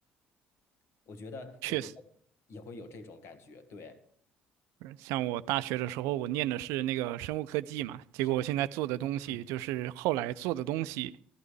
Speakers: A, on the left (about 55°); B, on the right (about 65°).
A: 我觉得，
B: 确实。”
A: 我觉得也会有这种感觉，对，
B: 像我大学的时候，我念的是那个生物科技嘛，结果我现在做的东西就是后来做的东西，
A: 生物，嗯，